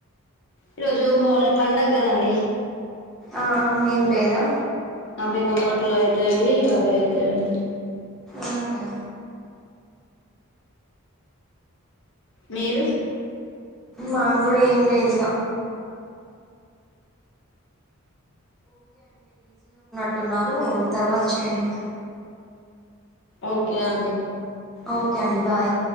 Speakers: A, on the left; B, in the centre.
A: ఈ రోజు హోల్ పండగ కదండి
B: ఆ ఏం లేదా
A: అవేమో బోట్లో అయితవి అవే ఏమి
B: ఆహా
A: మీరు
B: మాకు గుడా ఏం లేదు ఇగ అంటున్నారు తర్వాత చేయండి
A: ఓకే అండి
B: ఓకే అండి బాయ్